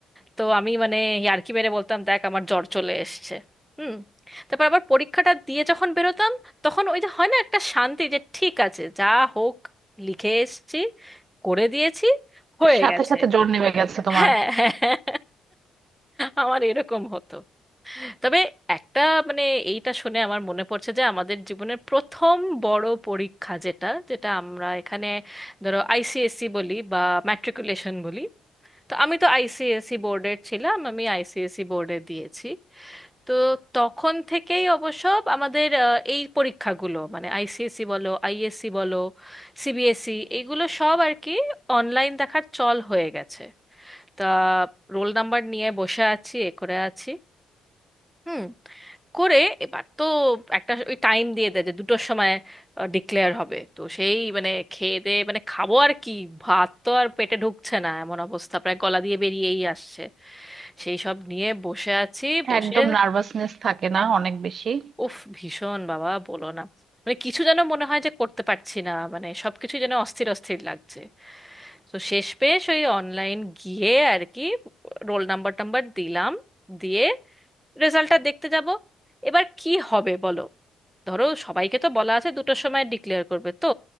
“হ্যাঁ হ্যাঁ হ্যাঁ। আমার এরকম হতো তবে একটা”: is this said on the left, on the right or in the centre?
Centre